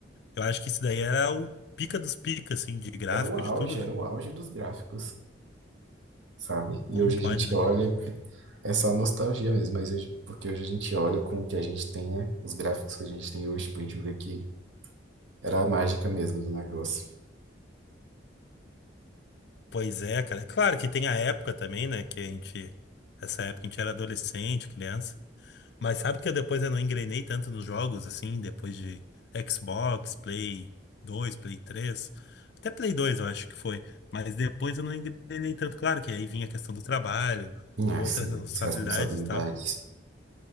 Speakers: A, on the left (about 60°); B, on the right (about 80°).
A: Eu acho que isso daí era o pica dos picas, assim, de gráfico,
B: Era o auge,
A: de tudo, né?
B: era o auge dos gráficos, sabe? E
A: Como
B: hoje
A: pode,
B: a gente
A: né,
B: olha,
A: cara?
B: é só nostalgia mesmo, mas hoje, porque hoje a gente olha com o que a gente tem, né? Os gráficos que a gente tem hoje, pra gente ver que era a mágica mesmo do negócio.
A: Pois é, cara. Claro que tem a época também, né? Que a gente. Essa época a gente era adolescente, criança. Mas sabe que eu depois eu não engrenei tanto nos jogos, assim, depois de Xbox, Play 2, Play 3. Até Play 2, eu acho que foi. Mas depois eu não engrenei tanto. Claro que aí vinha a questão do trabalho,
B: Ah,
A: outras
B: sim,
A: responsabilidades
B: as responsabilidades.
A: e tal.